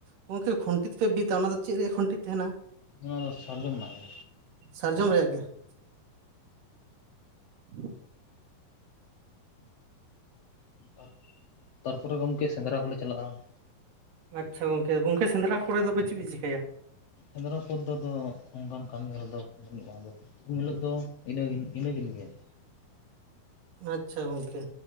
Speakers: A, on the right; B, on the left.
A: ᱜᱚᱝᱠᱮ ᱠᱷᱩᱱᱴᱤ ᱛᱮᱯᱮ ᱵᱤᱫᱟ ᱚᱱᱟ ᱫᱚ ᱪᱮᱫ ᱨᱮᱭᱟᱜ ᱠᱷᱩᱱᱴᱤ ᱛᱟᱦᱮᱱᱟ?
B: ᱚᱱᱟ ᱫᱚ ᱥᱟᱨᱡᱚᱢ ᱨᱮᱱᱟᱜ ᱜᱮ ᱾
A: ᱥᱟᱨᱡᱚᱢ ᱨᱮᱭᱟᱜ ᱜᱮ ᱾ <inaudible>
B: ᱛᱟᱨ ᱛᱟᱨᱯᱚᱨᱮ ᱜᱚᱝᱠᱮ ᱥᱮᱸᱫᱽᱨᱟ ᱠᱚᱞᱮ ᱪᱟᱞᱟᱜᱼᱟ ᱾
A: ᱟᱪᱪᱷᱟ ᱜᱚᱝᱠᱮ ᱜᱚᱝᱠᱮ ᱥᱮᱸᱫᱽᱨᱟ ᱠᱚᱨᱮ ᱫᱚᱯᱮ ᱪᱮᱫ ᱯᱮ ᱪᱤᱠᱟᱹᱭᱟ?
B: ᱥᱮᱫᱨᱟ ᱯᱚᱨ ᱫᱚ ᱟᱫᱚ ᱚᱱᱠᱟᱱ ᱠᱟᱹᱢᱤ ᱦᱚᱨᱟ ᱫᱚ ᱵᱟᱹᱱᱩᱜᱼᱟ ᱟᱫᱚ ᱾ ᱩᱱ ᱦᱤᱞᱳᱜ ᱫᱚ ᱤᱱᱟᱹ ᱤᱱᱟᱹᱠᱤᱱ ᱜᱮ ᱾
A: ᱟᱪᱪᱷᱟ ᱜᱚᱝᱠᱮ